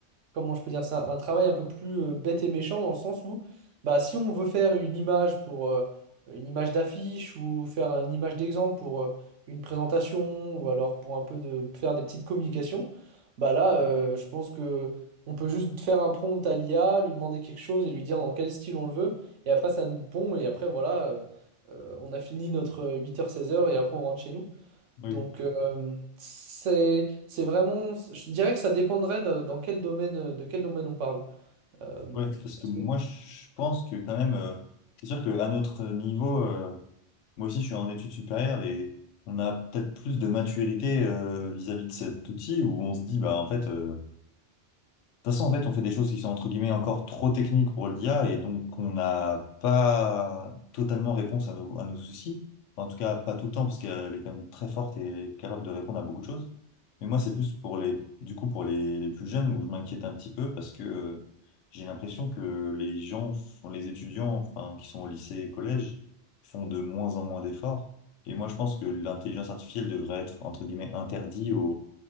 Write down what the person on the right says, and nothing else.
comment je peux dire ça, un travail un peu plus euh, bête et méchant dans le sens où bah, si on veut faire une image pour euh, une image d'affiche ou faire une image d'exemple pour euh, une présentation ou alors pour un peu de faire des petites communications, bah là euh, je pense que on peut juste faire un prompt à l'IA, lui demander quelque chose et lui dire dans quel style on le veut et après ça nous pond et après voilà euh, euh, on a fini notre 8h-16h et après on rentre chez nous.
Donc, euh, c'est, c'est vraiment, je dirais que ça dépendrait de- dans quel domaine, euh, de quel domaine on parle. Euh,
parce
que-